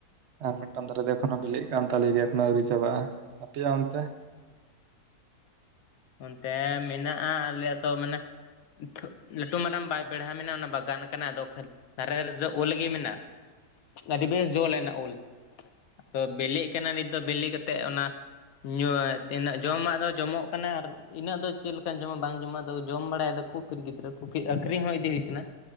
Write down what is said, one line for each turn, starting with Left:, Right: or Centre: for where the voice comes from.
Right: ᱟᱨ ᱢᱤᱫᱴᱟᱝ ᱫᱟᱨᱮ ᱫᱚ ᱮᱠᱷᱚᱱᱳ ᱵᱤᱞᱤᱜ ᱠᱟᱱ ᱛᱟᱞᱮ ᱜᱮᱭᱟ ᱮᱠᱷᱚᱱᱳ ᱟᱹᱣᱨᱤ ᱪᱟᱵᱟᱜᱼᱟ, ᱟᱯᱮᱭᱟᱜ ᱚᱱᱛᱮ?
Left: ᱚᱱᱛᱮ ᱢᱮᱱᱟᱜᱼᱟ ᱟᱞᱮᱭᱟᱜ ᱫᱚ ᱢᱟᱱᱮ <unintelligible> ᱞᱟᱹᱴᱩ ᱢᱟᱨᱟᱝ ᱵᱟᱭ ᱵᱮᱲᱦᱟᱭ ᱢᱮᱱᱟᱜᱼᱟ ᱚᱱᱟ ᱵᱟᱜᱟᱱ ᱠᱟᱱᱟ ᱟᱫᱚ ᱠᱷᱟᱹ ᱫᱷᱟᱨᱮ ᱨᱮᱫᱚ ᱩᱞ ᱜᱮ ᱢᱮᱱᱟᱜᱼᱟ ᱟᱹᱰᱤ ᱵᱮᱥ ᱡᱚ ᱞᱮᱱᱟ ᱩᱞ ᱟᱫᱚ ᱵᱮᱞᱮᱜ ᱠᱟᱱᱟ ᱱᱤᱛ ᱫᱚ ᱵᱮᱞᱮ ᱠᱟᱛᱮᱜ ᱚᱱᱟ ᱧᱩ ᱛᱤᱱᱟᱜ ᱡᱚᱢᱟᱜ ᱫᱚ ᱡᱚᱢᱚᱜ ᱠᱟᱱᱟ ᱟᱨ ᱤᱱᱟᱹᱜ ᱫᱚ ᱪᱮᱫ ᱞᱮᱠᱟᱹᱧ ᱡᱚᱢᱟ ᱵᱟᱝ ᱡᱚᱢᱟ ᱫᱚ ᱡᱚᱢ ᱵᱟᱲᱟᱭᱮᱫᱟ ᱠᱩ ᱯᱷᱤᱨ ᱜᱤᱫᱽᱨᱟᱹ ᱠᱩ ᱯᱷᱤᱨ ᱟᱹᱠᱷᱨᱤᱧ ᱦᱚᱸ ᱤᱫᱤ ᱦᱩᱭᱩᱜ ᱠᱟᱱᱟ